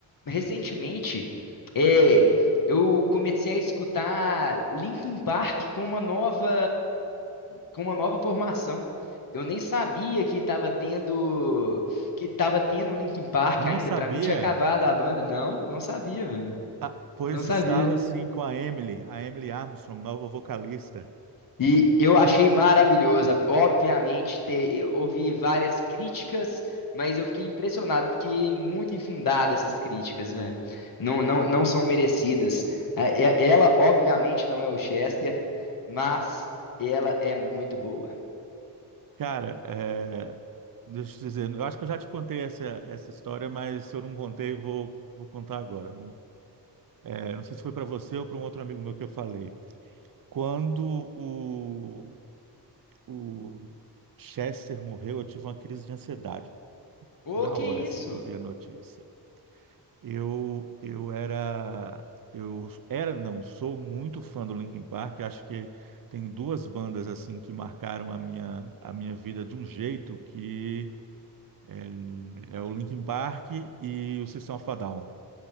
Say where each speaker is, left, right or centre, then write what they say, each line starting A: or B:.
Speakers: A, on the left; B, on the right.
A: recentemente, é, eu comecei a escutar Linkin Park com uma nova, com uma nova formação. Eu nem sabia que tava tendo, que tava tendo Linkin Park
B: Não
A: ainda.
B: sabia?
A: Pra mim tinha acabado a banda. Não, não sabia, velho.
B: Ah, pois
A: Não sabia.
B: estava sim com a Emily, a Emily Armstrong, nova vocalista.
A: E eu achei maravilhosa. Obviamente, te- eu ouvi várias críticas, mas eu fiquei impressionado, porque é muito infundada essas críticas, velho. Não, não, não são merecidas. É, é- Ela, obviamente, não é o Chester, mas ela é muito boa.
B: Cara, é, deixa eu te dizer, eu acho que eu já te contei essa, essa história, mas se eu não contei, vou, vou contar agora. Não, é, não sei se foi para você ou para um outro amigo meu que eu falei. Quando o, o Chester morreu, eu tive uma crise de ansiedade.
A: Ô,
B: Na
A: que
B: hora
A: isso?
B: assim que eu vi a notícia. Eu, eu era, eu era, não, sou muito fã do Linkin Park. Acho que tem duas bandas assim que marcaram a minha, a minha vida de um jeito que hum, é o Linkin Park e o System of a Down.